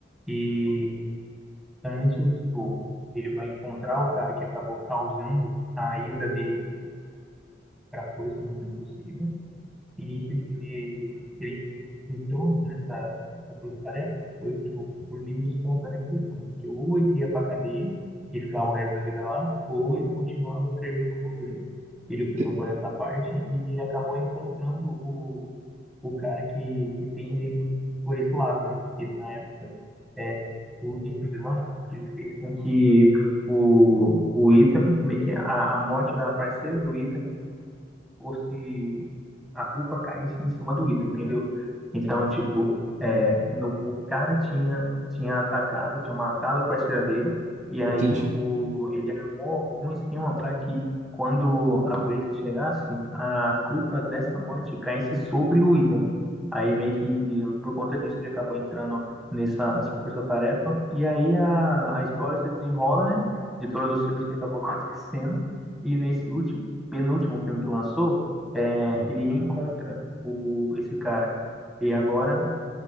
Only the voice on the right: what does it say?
Te-
Entendi.
Hum.